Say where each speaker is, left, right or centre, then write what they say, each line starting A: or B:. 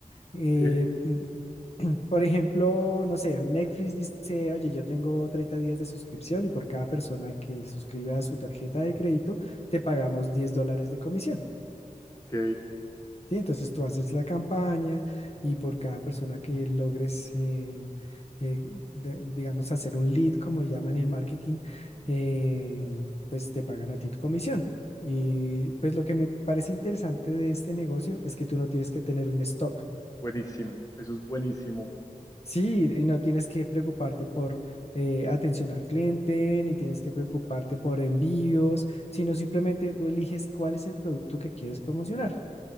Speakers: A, on the left (about 45°); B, on the left (about 25°).
A: eh,
B: eh,
A: mm, por ejemplo, no sé, Netflix dice, oye, yo tengo 30 días de suscripción y por cada persona que suscriba a su tarjeta de crédito, te pagamos 10 dólares de comisión.
B: ok,
A: ¿sí? Entonces tú haces la campaña y por cada persona que logres, eh, eh, de- digamos, hacer un lead, como llaman en marketing, eh, pues te pagan a ti tu comisión. Y pues lo que me parece interesante de este negocio es que tú no tienes que tener un stock.
B: buenísimo, eso es buenísimo.
A: Sí, y no tienes que preocuparte por eh, atención al cliente, ni tienes que preocuparte por envíos, sino simplemente tú eliges cuál es el producto que quieres promocionar.